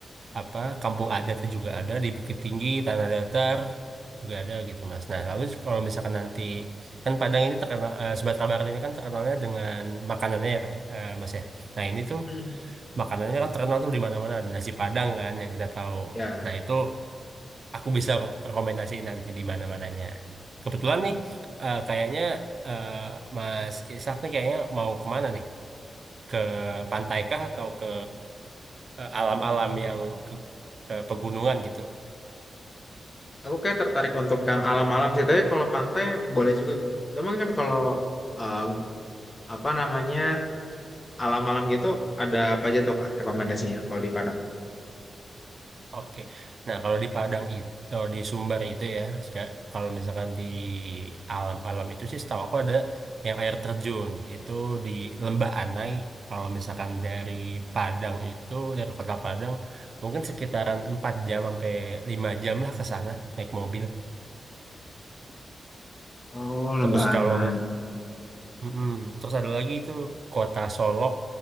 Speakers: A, on the right (about 55°); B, on the left (about 30°).
A: apa kampung adatnya juga ada di Bukit Tinggi, Tanah Datar juga ada gitu Mas. Nah, lalu kalau misalkan nanti kan Padang ini terkenal eh, Sumatera Barat ini kan terkenalnya dengan makanannya ya kayak eh, Mas ya. Nah, ini tuh
B: Hmm.
A: makanannya kan terkenal tuh di mana-mana ada nasi Padang kan yang kita tahu.
B: Ya,
A: Nah, itu aku bisa re- rekomendasiin nanti di mana-mananya. Kebetulan nih eh, kayaknya eh, Mas Ishak nih kayaknya mau kemana nih? Ke pantai kah atau ke eh, alam-alam yang ke, ke pegunungan gitu.
B: aku kayak tertarik untuk yang alam-alam sih. Tapi kalau pantai boleh juga tuh. Cuman kan kalau um, apa namanya alam-alam gitu ada apa aja tuh Kak rekomendasinya kalau di Padang?
A: Oke. Nah, kalau di Padang itu, kalau di Sumber itu ya, se- kalau misalkan di alam-alam itu sih setahu aku ada yang air terjun itu di Lembah Anai. Kalau misalkan dari Padang itu, dari kota Padang, mungkin sekitaran 4 jam sampai 5 jam lah ke sana naik mobil.
B: Oh, Lembah
A: Terus kalau
B: Anai.
A: Mm-mm. Terus ada lagi itu kota Solok,